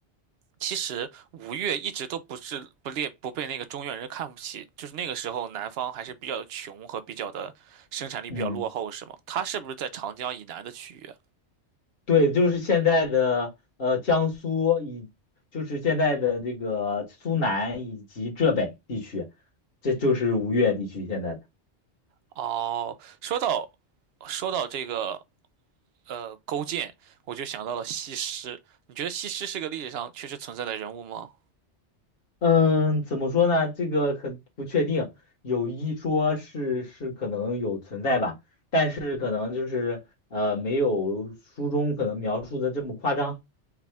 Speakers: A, on the right (about 65°); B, on the left (about 55°).
A: 其实吴越一直都不是不列不被那个中原人看不起，就是那个时候南方还是比较穷和比较的生产力比较落后，
B: 嗯。
A: 是吗？他是不是在长江以南的区域？
B: 对，就是现在的呃江苏以，就是现在的这个苏南以及浙北地区，这就是吴越地区现在的。
A: 哦，说到说到这个呃勾践，我就想到了西施。你觉得西施是个历史上确实存在的人物吗？
B: 嗯，怎么说呢？这个很不确定，有一说是是可能有存在吧，但是可能就是呃没有书中可能描述的这么夸张。